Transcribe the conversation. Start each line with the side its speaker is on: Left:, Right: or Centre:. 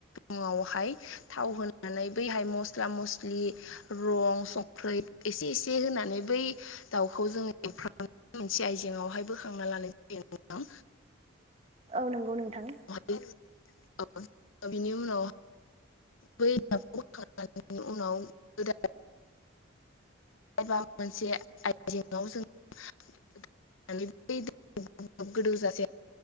Left: उनावहाय थाव होनानै बैहाय मस्ला- मस्लि रं संख्रि एसे एसे होनानै बै दाउखौ जोङो एवफ्रामनानै मोनसे आयजेंआवहाय बोखांना लानाय जायो। नोंथां
Right: औ नंगौ नोंथां।
Left: <unintelligible> बिनि उनाव बै दावखौ बोखांनायनि उनाव गोदान एबा मोनसे आयजेेंआव जों होनानै बै दैखौ गीदौजासे